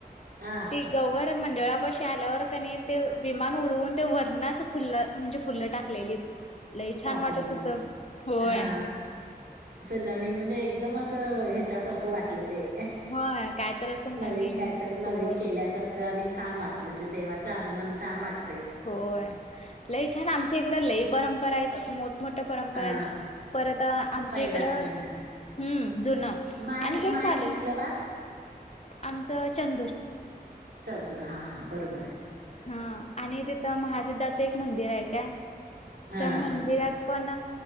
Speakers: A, on the right; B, on the left.
A: हा.
B: ती गवर मंडळापाशी आल्यावर क नई, ते विमान उडवून ते वरण अस फुललं म्हणजे फुलं टाकलेलीत, लई
A: टाकलेली
B: छान वाटत होतं, होय.
A: हा असं नवीन म्हणजे एकदम असं ह्येच्यासारखं वाट वाटल ते
B: होय काय तर असं
A: नवीन काय तर नवीन
B: होय
A: केल्यासार क आणि छान वाटलं ते देवाचं आगमन छान वाट
B: होय लई छान आमच्या इकड लई परंपरा आहेत मोठं मोठ्या परंपरा
A: हा,
B: हायत परत आमच्या
A: पहिला
B: इकडं
A: जुना
B: हम्म जुनं
A: माहेर
B: आणि काय
A: माहेर
B: चालू
A: कुठलं
B: ये
A: बा
B: आमचं चंदूर
A: चंदूर हां हां बरोबर हाय.
B: हा आणि तिथं महासिद्धाचं एक मंदिर हाय काय
A: हा
B: त्या मंदिरात पण